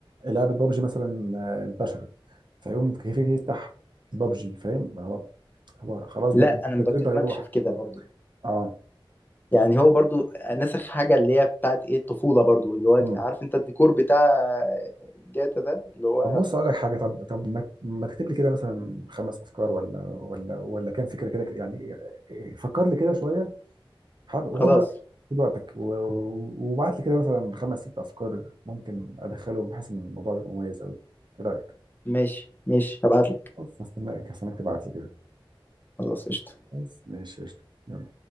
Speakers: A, on the right; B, on the left.
A: لعبه بابجي مثلا آه، انتشرت فيقوم كيف يفتح بابجي فاهم هو هو خلاص
B: لا
A: ده
B: انا
A: ده
B: ما
A: الترند
B: بكلمكش
A: هيروح
B: في كده برضو
A: اه
B: يعني هو برضو نسخ حاجه اللي هي بتاعت ايه الطفوله برضو اللي هو
A: امم
B: عارف انت الديكور بتاع جاتا ده اللي هو
A: طب بص اقول لك حاجه طب طب ما ما تكتب لي كده مثلا خمس افكار ولا ولا ولا كام فكره كده يعني إيه، فكر لي كده شويه حد- وخد
B: خلاص
A: وقت خد وقتك و- و- وابعت لي كده مثلا خمس ست افكار ممكن ادخلهم بحيث ان الموضوع يبقى مميز قوي ايه رايك؟
B: ماشي ماشي هبعت لك
A: خلاص هستناك هستناك تبعت لي كده
B: خلاص قشطه
A: بس ماشي قشطة يلا